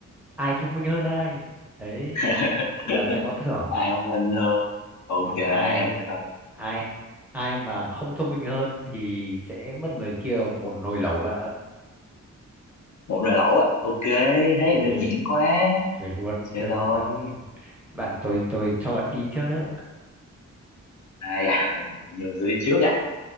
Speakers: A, in the centre; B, on the left.
A: ai thông minh hơn ai. Đấy
B: <laughs>
A: là sẽ có thưởng,
B: ai không tin hơn ok
A: còn ai
B: ai không tin hơn
A: ai ai mà không thông minh hơn thì sẽ mất người kia một nồi lẩu bạn ạ.
B: một lời lẩu á ok thế
A: Ok,
B: thì đơn giản quá
A: chơi luôn,
B: chơi
A: chơi
B: thôi
A: luôn. Bạn tôi tôi cho bạn đi trước đấy.
B: ai à mày nhường tôi đi trước à